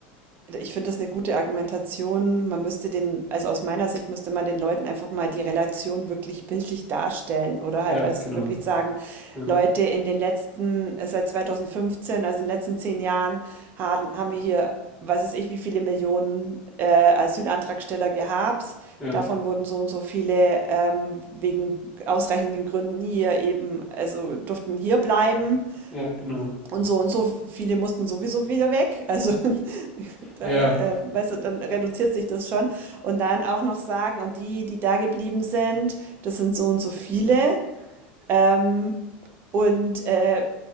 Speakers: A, on the right (about 35°); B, in the centre.
A: ich finde das eine gute Argumentation. Man müsste den, also aus meiner Sicht müsste man den Leuten einfach mal die Relation wirklich bildlich darstellen oder
B: Ja,
A: halt, weißt
B: genau.
A: du, wirklich sagen,
B: Ja,
A: Leute, in den letzten, äh, seit 2015, also in den letzten zehn Jahren, haben, haben wir hier, was weiß ich, wie viele Millionen äh, Asylantragsteller gehabt.
B: ja,
A: Davon wurden so und so viele ähm, wegen ausreichenden Gründen hier eben, also durften hier bleiben.
B: ja, genau.
A: Und so und so viele mussten sowieso wieder weg. Also <laughs> da,
B: Ja,
A: ähm, weißt du, dann reduziert sich das schon. Und dann auch noch sagen, und die, die da geblieben sind, das sind so und so viele. Ähm, und äh,